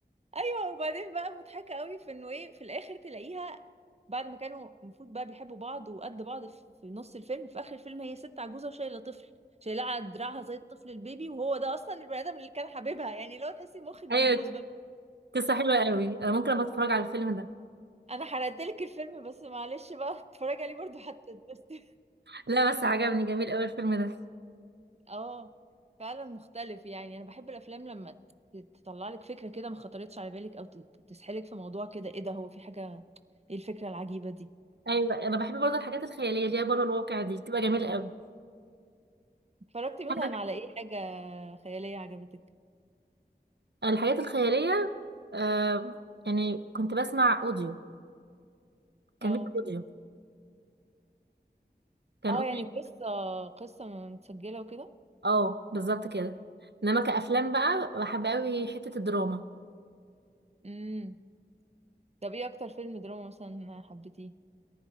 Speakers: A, on the right; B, on the right.
A: ايوه وبعدين بقى مضحكه قوي في انه ايه في الاخر تلاقيها بعد ما كانوا المفروض بقى بيحبوا بعض وقد بعض في في نص الفيلم في اخر الفيلم هي ست عجوزه وشايله طفل شايلاه على دراعها زي الطفل البيبي وهو ده اصلا البني ادم اللي كان حبيبها يعني لو تحسي مخك بيبوظ
B: أيوة
A: بقى
B: قصة حلوة قوي أنا ممكن أبقى أتفرج على الفيلم ده
A: انا حرقت لك الفيلم بس معلش بقى <laughs> اتفرجي عليه برضو حتى تبسطي
B: لا بس عجبني جميل قوي الفيلم ده
A: <laughs> اه فعلا مختلف يعني انا بحب الافلام لما تطلع لك فكره كده ما خطرتش على بالك او ت- تسحلك في موضوع كده ايه ده هو في حاجه ايه الفكره العجيبه دي
B: أيوة أنا بحب برضه الحاجات الخيالية اللي هي بره الواقع دي بتبقى جميلة قوي
A: اتفرجتي مثلا
B: حاجة-
A: على ايه حاجة خيالية عجبتك
B: الحاجات الخيالية آه يعني كنت بسمع أوديو كان
A: اه
B: بيبقى أوديو كان
A: اه
B: أوديو
A: يعني قصة قصة متسجلة وكده
B: اه بالظبط كده انما كأفلام بقى بحب قوي حتة الدراما
A: امم طب ايه اكتر فيلم دراما مثلا حبيتيه